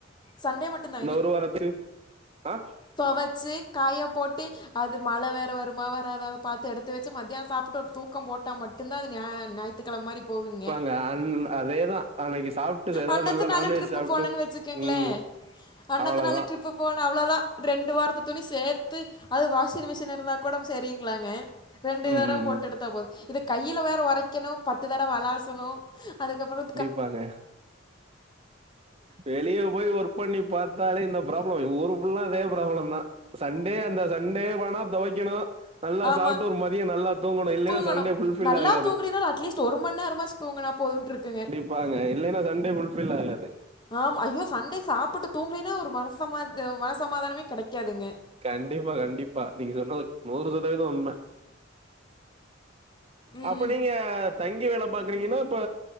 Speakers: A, on the left (about 20°); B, on the right (about 30°).
A: சண்டே மட்டும்
B: அந்த ஒரு வாரத்து <unintelligible> அ
A: தொவச்சு காய போட்டு அது மழ வேற வருமா வராதா அத பாத்து எடுத்து வெச்சு மத்தியானோ சாப்ட்டு தூக்கம் போட்டா மட்டுந்தா அது ஞ ஞாயித்துக்கெழம மாதிரி போகுங்க
B: கா அண்ணன அதே தா அன்னைக்கி சாப்ட்டு அதாவது
A: அன்னத்து
B: நல்லா
A: நாள்
B: நான்வெஜ்
A: ட்ரிப்பு
B: சாப்ட்டு
A: போனேன்னு வச்சுக்கோங்களேன்
B: ம்
A: அன்னத்து
B: அவ்வளோதா
A: நாள் ட்ரிப்பு போனா அவ்வளோதா ரெண்டு வாரத்த துணி சேத்து அது வாஷிங் மிஷின் இருந்தா கூட செரியுங்களாங்க ரெண்டு
B: ம்
A: தடவ
B: ம் ம்
A: போட்டு எடுத்தா போது இது கையில வேற ஒரைக்கணு பத்து தரவ அலாசனு அதுக்கப்புறோ
B: ப்பாங்க வெளியே போயி ஒரு ட்ரிப் பண்ணி பாத்தாலே இந்த ப்ராப்ளம் ஊரு ஃபுல்லா அதே ப்ராப்ளம்தா சண்டே அந்த சண்டே போனா தொவைக்கணோ நல்லா
A: ஆமாங்க
B: சாப்ட்டு ஒரு மதியோ நல்லா தூங்கணோ இல்லன்னா
A: தூங்கணும்
B: சண்டே ஃபுல் ஃபில்
A: நல்லா
B: ஆகாது
A: தூங்கலைன்னா அட்லீஸ்ட் ஒரு மணி நேரமாச்சு தூங்கனா போதுன்ட்ருக்குங்க
B: இருப்பாங்க இல்லன்னா சண்டே ஃபுல் ஃபில் ஆகாது
A: ஆமா ஐயோ சன்டே சாப்பிட்டு தூங்கலேனா ஒரு மனசமாத் மனசமாதானமே கெடைக்காதுங்க
B: கண்டிப்பா கண்டிப்பா நீங்க சொன்னது நூறு சதவீதொ உண்ம
A: ம்
B: அப்ப நீங்க தங்கி வேல பாக்றீங்கனா அப்ப